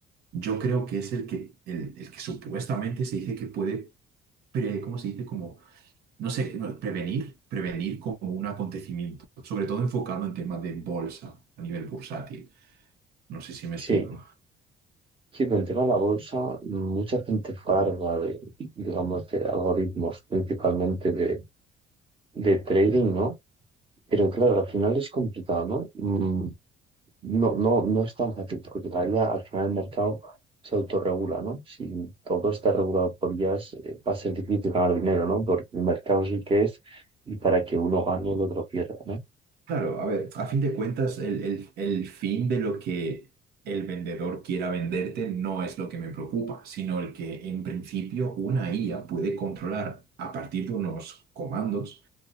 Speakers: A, on the right; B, on the right.
A: yo creo que es el que, el, el que supuestamente se dice que puede, pre, ¿cómo se dice? Como, no sé, no, prevenir, prevenir como un acontecimiento, sobre todo enfocado en temas de bolsa, a nivel bursátil. No sé si me
B: Sí,
A: explico.
B: Sí, pero el tema de la bolsa, mucha gente farda de, digamos, de algoritmos, principalmente de, de trading, ¿no? Pero claro, al final es complicado, ¿no? Mm, No, no, no es tan fácil, porque todavía al final el mercado se autorregula, ¿no? Si todo está regulado por IAs, eh, va a ser difícil ganar dinero, ¿no? Porque el mercado sí que es, y para que uno gane, el otro pierda, ¿no?
A: Claro, a ver, a fin de cuentas, el, el- el fin de lo que el vendedor quiera venderte no es lo que me preocupa, sino el que en principio una IA puede controlar a partir de unos comandos